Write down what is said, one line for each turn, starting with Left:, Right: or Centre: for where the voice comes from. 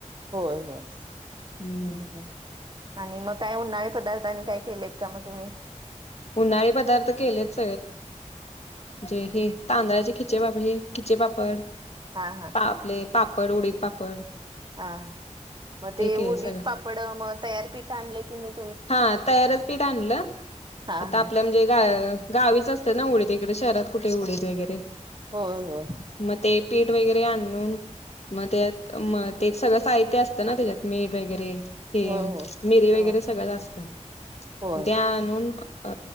Right: होय होय
Left: हम्म
Right: हम हम. आणि मग काय उन्हाळे पदार्थनी काय केलेत का मग तुम्ही?
Left: उन्हाळी पदार्थ केलेच जे हे तांदळाचे खिचे हे खिचे पापड
Right: हा हा
Left: पा आपले पाप पड उडीत पापड.
Right: हा मग ते
Left: केले
Right: उडीद
Left: सगळं
Right: पापड मग तयारपीठ आणले की म
Left: हा तयारच पीठ आणलं
Right: हा
Left: आता
Right: हा
Left: आपल्या म्हणजे ग गावीच असते ना उडते इकडे शहरात कुठे उडीते वगैरे ते
Right: होय होय
Left: मग पीठ वगैरे आणून मग त्यात ते सगळं साहित्य असतं ना त्याच्यात मीठ वगैरे ह
Right: होय होय
Left: मिरी वगैरे
Right: ह
Left: सगळं असत
Right: होय
Left: द्या आणून अ